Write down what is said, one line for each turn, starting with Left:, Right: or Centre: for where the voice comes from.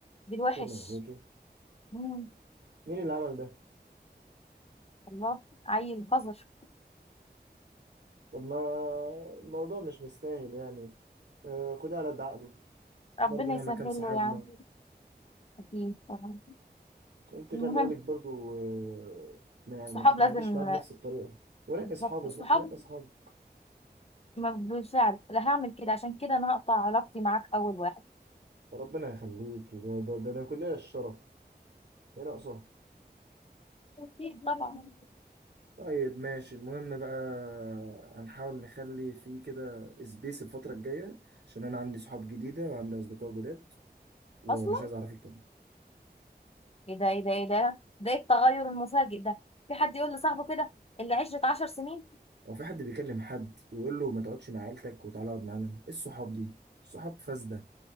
Left: بالوحش
Right: والله
Left: مم.
Right: مين اللي عمل ده؟
Left: الله عيل قذر
Right: طب ما الموضوع مش مستاهل يعني آه، خدها على قد عقله برضه
Left: ربنا
Right: مهما
Left: يسهل
Right: كان صاحبنا
Left: له يا عم اكيد طبعاً.
Right: انت
Left: المهم
Right: خلي بالك برضه آه، ما يعني
Left: الصحاب
Right: ما تتعامليش
Left: لازم
Right: معاه بنفس الطريقة ونقي
Left: بالظبط
Right: اصحابك
Left: الصحاب
Right: بقى نقي اصحابك
Left: ما بالفعل لا هعمل كده عشان كده انا هقطع علاقتي معاك اول واحد
Right: ربنا يخليك ده ده, ده, ده كلنا الشرف ايه ناقصها؟
Left: أكيد طبعا
Right: طيب ماشي المهم بقى هنحاول نخلي فيه كده سبيس الفترة الجاية عشان أنا عندي صحاب جديدة وعندي أصدقاء جداد ومش
Left: اصلا
Right: عايز أعرفك تاني
Left: ايه ده ايه ده ايه ده ده إيه التغير المفاجئ ده في حد يقول لصاحبه كده اللي عشرة عشر سنين
Right: هو في حد بيكلم حد ويقول له ما تقعدش مع عيلتك وتعالى اقعد معانا ايه الصحاب دي الصحاب فاسده